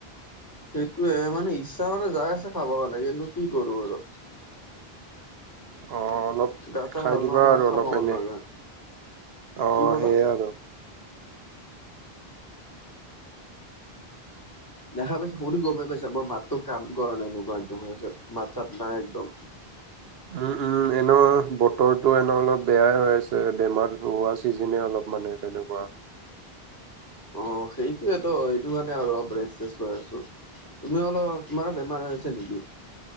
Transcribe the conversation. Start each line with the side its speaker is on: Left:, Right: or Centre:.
Left: সেইটোয়ে মানে ইচ্ছা মানে যাই আছে খাব কাৰণে কিন্তু কি কৰো আৰু।
Right: অ, অলপ
Left: গা চা
Right: খাই
Left: ভাল
Right: দিবা
Left: নহয় কাৰণে
Right: আৰু
Left: খাব
Right: অলপ
Left: মন
Right: এনে
Left: নাযায়।
Right: অ,
Left: কি ক'লা?
Right: হেইয়ে আৰু।
Left: দেখা পাইছোঁ বহুত দিন গমেই পাইছা মোৰ মাতটো কাম কৰা নাই এনেকুৱা একদম হৈ আছে মাত চাত নাই একদম
Right: উম উম এনেও বতৰটো এনেও অলপ বেয়াই হৈ আছে বেমাৰ হোৱা চিজনে অলপ মানে তেনেকুৱা।
Left: অৱ সেইটোয়েতো সেইটো কাৰণে আৰু অলপ ৰেছ লৈ আছোঁ তুমি অলপ তোমাৰো বেমাৰ হৈ আছে নেকি?